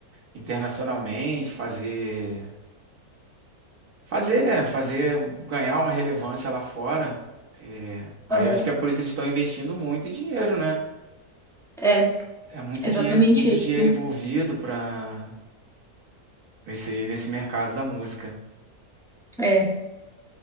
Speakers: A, on the right; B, in the centre.
A: internacionalmente, fazer Fazer, né? Fazer, ganhar uma relevância lá fora. É, Aí
B: Aham.
A: eu acho que é por isso que eles estão investindo muito dinheiro, né?
B: é,
A: É muito
B: exatamente
A: dinheiro, muito
B: isso.
A: dinheiro envolvido para nesse, nesse mercado da música.
B: É,